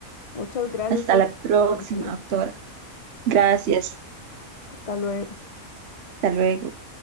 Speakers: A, on the left; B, on the right.
A: Muchas gracias
B: Hasta
A: por,
B: la próxima,
A: por venir.
B: doctora. Gracias.
A: Hasta luego.
B: Hasta luego.